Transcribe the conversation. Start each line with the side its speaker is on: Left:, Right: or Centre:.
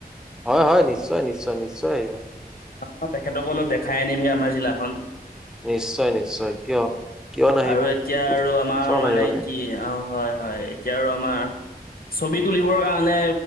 Centre: হয়, হয় নিশ্চয়, নিশ্চয় নিশ্চয় আহিব।
Left: অ তেখেতকো অলপ দেখাই আনিমগে আমাৰ জিলাখন।
Centre: নিশ্চয়, নিশ্চয়, কিয়? কিয় নাহিব
Left: আৰু এতিয়া আৰু আমাৰ
Centre: চব
Left: মানে
Centre: আহিব লাগে
Left: কি অ হয়, হয় এতিয়া আৰু আমাৰ ছবি তুলিবৰ কাৰণে,